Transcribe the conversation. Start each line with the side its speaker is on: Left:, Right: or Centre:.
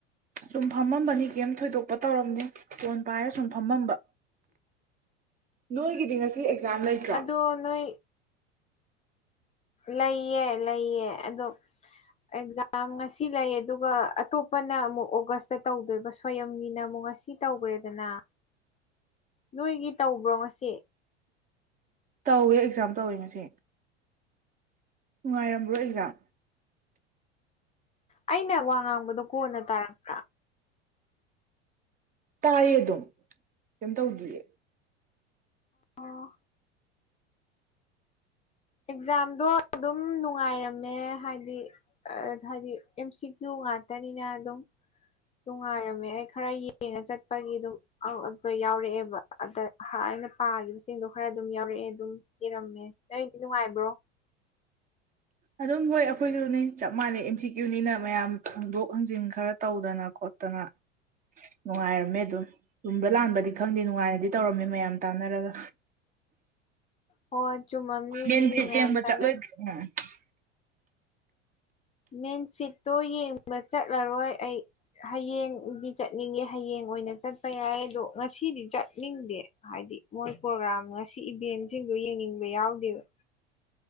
Right: ꯁꯨꯝ ꯐꯝꯃꯝꯕꯅꯤ ꯀꯩꯝ ꯊꯣꯏꯗꯣꯛꯄ ꯇꯧꯔꯝꯅꯦ ꯐꯣꯟ ꯄꯥꯏꯔ ꯁꯨꯝ ꯐꯝꯃꯝꯕ
Left: <inaudible>
Right: ꯅꯣꯏꯒꯤꯗꯤ ꯉꯁꯤ ꯑꯦꯛꯖꯥꯝ ꯂꯩꯇ꯭ꯔꯣ
Left: ꯣ ꯅꯣꯏ ꯂꯩꯌꯦ ꯂꯩꯌꯦ ꯑꯗꯣ ꯑꯦꯛꯖꯥꯝ ꯉꯁꯤ ꯂꯩ ꯑꯗꯨꯒ ꯑꯇꯣꯞꯄꯅ ꯑꯃꯨꯛ ꯑꯣꯒꯁꯇ ꯇꯧꯗꯣꯏꯕ ꯁ꯭ꯌꯝꯒꯤꯅ ꯑꯃꯨꯛ ꯉꯁꯤ ꯁꯤ ꯇꯧꯈ꯭ꯔꯦꯗꯅ ꯅꯣꯏꯒꯤ ꯇꯧꯕ꯭ꯔꯣ ꯉꯁꯤ
Right: ꯇꯧꯋꯦ ꯑꯦꯛꯖꯥꯝ ꯇꯧꯋꯦ ꯉꯁꯤ ꯅꯨꯡꯉꯥꯏꯔꯝꯕ꯭ꯔꯣ ꯑꯦꯛꯖꯥꯝ
Left: ꯑꯩꯅ ꯋꯥ ꯉꯥꯡꯕꯗꯣ ꯀꯣꯟꯅ ꯇꯥꯔꯛ
Right: ꯇꯥꯏꯌꯦ ꯑꯗꯨꯝ ꯀꯩꯝ ꯇꯧꯗ꯭ꯔꯤꯌꯦ
Left: ꯑꯣ ꯑꯦꯛꯖꯥꯝꯗꯣ ꯑꯗꯨꯝ ꯅꯨꯡꯉꯥꯏꯔꯝꯃꯦ ꯍꯥꯏꯗꯤ ꯑ ꯍꯥꯏꯗꯤ ꯑꯦꯝ ꯁꯤ ꯀ꯭ꯌꯨ ꯉꯇꯅꯤꯅ ꯑꯗꯨꯝ ꯅꯨꯡꯉꯥꯏꯔꯝꯃꯦ ꯑꯩ ꯈꯔ ꯌꯦꯡꯉ ꯆꯠꯄꯒꯤ ꯑꯗꯨꯝ ꯑ ꯑꯗꯨꯗ ꯌꯥꯎꯔꯛꯑꯦꯕ ꯑꯗ ꯑꯩꯅ ꯄꯥꯈꯤꯕꯁꯤꯡꯗꯣ ꯈꯔ ꯑꯗꯨꯝ ꯌꯥꯎꯔꯛꯑꯦ ꯑꯗꯨꯝ ꯏꯔꯝꯃꯦ ꯅꯪꯗꯤ ꯅꯨꯡꯉꯥꯏꯕ꯭ꯔꯣ
Right: ꯑꯗꯨꯝ ꯍꯣꯏ ꯑꯩꯈꯣꯏꯁꯨꯅꯤ ꯆꯞ ꯃꯥꯟꯅꯩ ꯑꯦꯝ ꯁꯤ ꯀ꯭ꯌꯨꯅꯤꯅ ꯃꯌꯥꯝ ꯍꯣꯡꯗꯣꯛ ꯍꯥꯡꯖꯤꯟ ꯈꯔ ꯇꯧꯗꯅ ꯈꯣ ꯠꯇꯅ ꯅꯨꯡꯉꯥꯏꯔꯝꯃꯦ ꯑꯗꯨꯝ ꯇꯨꯝꯕ ꯂꯥꯟꯕꯗꯤ ꯈꯪꯗꯦ ꯅꯨꯡꯉꯥꯏꯅꯗꯤ ꯇꯧꯔꯝꯃꯦ ꯃꯌꯥꯝ ꯇꯥꯟꯅꯔꯒ
Left: ꯍꯣꯏ ꯆꯨꯝꯃꯝꯅꯤ
Right: ꯃꯦꯟꯐꯤꯠ
Left: ꯑꯗꯨꯗꯤ ꯃꯌꯥꯝ
Right: ꯌꯦꯡꯕ
Left: ꯇꯥꯅ
Right: <unintelligible>
Left: ꯃꯦꯟꯐꯤꯠꯇꯣ ꯌꯦꯡꯕ ꯆꯠꯂꯔꯣꯏ ꯑꯩ ꯍꯌꯦꯡꯗꯤ ꯆꯠꯅꯤꯡꯉꯦ ꯍꯌꯦꯡ ꯑꯣꯏꯅ ꯆꯠꯄ ꯌꯥꯏ ꯑꯗꯣ ꯉꯁꯤꯗꯤ ꯆꯠꯅꯤꯡꯗꯦ ꯍꯥꯏꯗꯤ ꯃꯣꯏ ꯄ꯭ꯔꯣꯒ꯭ꯔꯥꯝ ꯉꯁꯤ ꯏꯚꯦꯟꯁꯤꯡꯗꯨ ꯌꯦꯡꯅꯤꯡꯕ ꯌꯥꯎꯗꯦꯕ